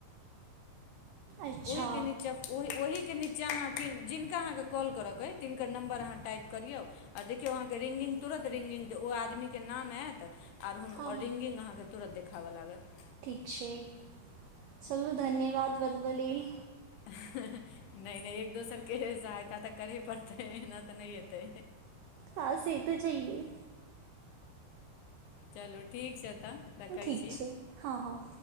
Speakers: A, on the right; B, on the left.
A: अच्छा
B: ओहि के नीचा ओहि ओहिके निचा अहाँ जिनका अहाँके कॉल करऽके अइ तिनकर नम्बर अहाँ टाइप करियौ। आ देखियौ अहाँके रिंगिंग तुरन्त रिंगिंग दे ओ आदमीके नाम आयत। आर हुन
A: हँ
B: और रिंगिंग अहाँके तुरत देखाबऽ लागत।
A: ठीक छैय चलू धन्यवाद बत बऽ लेल।
B: नहि नहि एक दोसरके सहायता तऽ करहे पड़तै एहना। तऽ नहि एतै।
A: हँ से तऽ छैहे
B: चलू ठीक छैय तऽ। रखै
A: ठीक
B: छी
A: छैय हँ हँ।